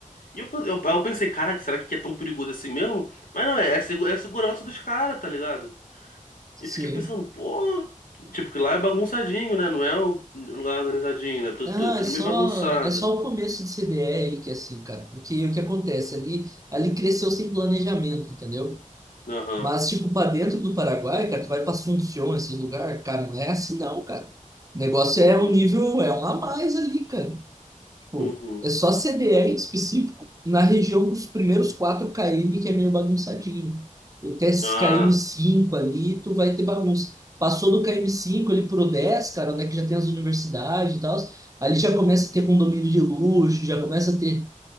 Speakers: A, on the left; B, on the right.
A: E eu, eu, eu pensei, caraca, será que aqui é tão perigoso assim mesmo? Mas não, é, é, segu- é a segurança dos caras, tá ligado?
B: Sim.
A: E eu fiquei pensando, pô. Tipo, que lá é bagunçadinho, né? Não é um um lugar organizadinho, né? Tudo,
B: Ah,
A: tudo, tudo
B: é só,
A: meio bagunçado.
B: é só o começo de CDE aí que é assim, cara. Porque o que acontece? Ali, ali cresceu sem planejamento, entendeu?
A: Aham.
B: Mas, tipo, pra dentro do Paraguai, cara, tu vai pra Assunción, esses lugares, cara, não é assim não, cara. O negócio
A: Uhum.
B: é um nível, é um a mais ali, cara. Tipo,
A: Uhum.
B: é só CDE em específico na região dos primeiros 4 km, que é meio bagunçadinho. Até esses
A: Ah,
B: km5 ali, tu vai ter bagunça. Passou do km5 ali pro 10, cara, onde é que já tem as universidades e tal, ali já começa a ter condomínio de luxo, já começa a ter